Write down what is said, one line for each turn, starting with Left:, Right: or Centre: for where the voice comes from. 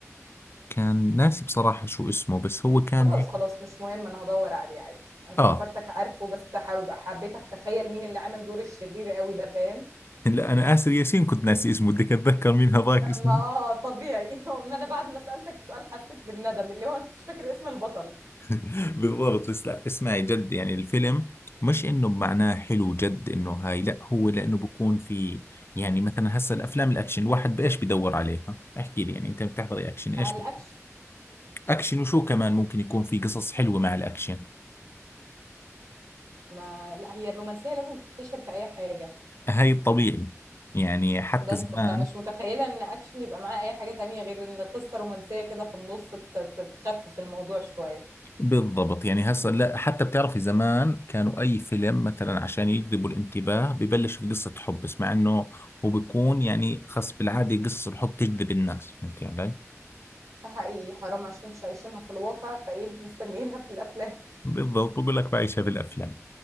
Left: كان ناسي بصراحة شو اسمه بس هو كان
Right: خلاص
Left: هيك
Right: خلاص مش مهم انا هدور عليه عادي انا افتكرتك
Left: اه
Right: عارفه بس حابب حبيت اتخيل مين اللي عامل دور الشرير قوي ده فاهم
Left: لا انا اسر ياسين كنت ناسي اسمه بدك اتذكر مين هذاك اسمه
Right: ما اه طبيعي <laughs> ما انا بعد ما سألتك السؤال حسيت بالندم اللي هو انت مش فاكر اسم البطل
Left: <laughs> بالضبط بس لا اسمعي جد يعني الفيلم مش انه بمعناه حلو جد انه هاي لا هو لانه بكون في يعني مثلا هسه الافلام الاكشن الواحد بايش بدور عليها احكي لي يعني انت بتحضري اكشن ايش
Right: قلقكش
Left: بت- اكشن وشو كمان ممكن يكون في قصص حلوة مع الاكشن
Right: ما لا هي الرومانسية لازم تتحشر في اي حاجة
Left: هاي الطبيعي يعني حتى
Right: بس
Left: زمان
Right: فمش متخيلة ان اكشن يبقى معاه اي حاجة تانية غير ان قصة رومانسية كده في النص ت- ت- تخفف الموضوع شوية
Left: بالضبط يعني هسه لا حتى بتعرفي زمان كانوا اي فيلم مثلا عشان يجذبوا الانتباه ببلش بقصة حب بس مع انه هو بيكون يعني خاص بالعادة قصة الحب تجذب الناس فهمتي علي
Right: ده حقيقي حرام عشان مش عايشينها في الواقع فايه مستنيينها في الافلام
Left: بالضبط بقول لك بعيشها بالافلام